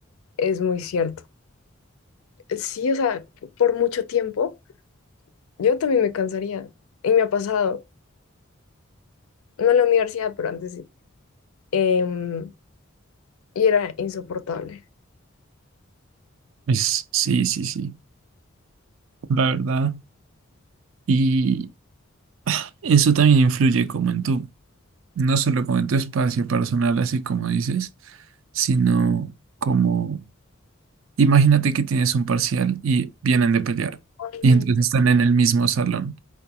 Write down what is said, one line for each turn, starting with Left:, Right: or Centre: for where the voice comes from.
Left: es muy cierto. Sí, o sea, por mucho tiempo, yo también me cansaría y me ha pasado, no en la universidad, pero antes sí. Em, y era insoportable.
Right: Es, sí, sí, sí, la verdad. y Eso también influye como en tu, no solo como en tu espacio personal, así como dices, sino como, imagínate que tienes un parcial y vienen de pelear
Left: Ay,
Right: y
Left: no,
Right: entonces están en el mismo salón,